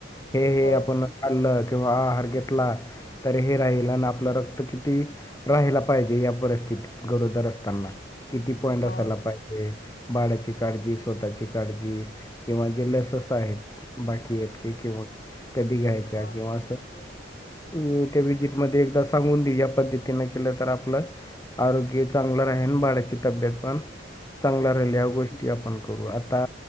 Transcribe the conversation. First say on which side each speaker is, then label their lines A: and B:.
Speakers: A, on the left; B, on the left.
A: हे हे
B: हो
A: आपण आणलं किंवा आहार घेतला तरी हे राहिल आणि आपलं रक्त किती राहायला पाहिजे या परिस्थितीत गरोदर असताना, किती पॉइंट
B: हो
A: असायला पाहिजे? बाळाची काळजी स्वतःची काळजी किंवा जे लस अस आहेत बाकी आहेत की किंवा कधी गाय जा
B: हो
A: कि म अस अ त्या विजिट मध्ये एकदा सांगून देऊ या पद्धतीन केलं तर आपलं आरोग्य चांगलं राहीन बाड्याची तब्येत पण चांगलं ल्या गोष्टी आपण करू आता